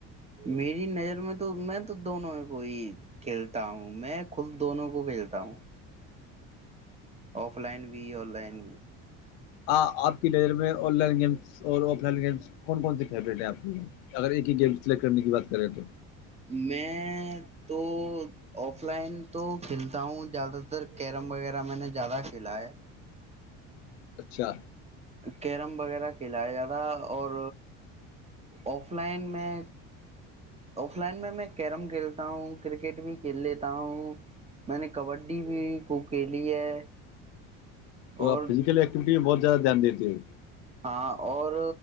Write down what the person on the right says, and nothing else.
میری نظر میں تو میں تو دونوں کو ہی کھیلتا ہوں میں خود دونوں کو کھیلتا ہوں او آف لائن بھی آن لائن بھی
میں تو آف لائن تو کھیلتا ہوں زیادہ تر کیرم وغیرہ میں نے زیادہ کھیلا ہے
کیرم وغیرہ کھیلایا جاتا اور آف لائن میں آف لائن میں میں کیرم کھیلتا ہوں کرکٹ بھی کھیل لیتا ہوں میں نے کبڈی بھی کوک ب لی ہے
اور
ہاں اور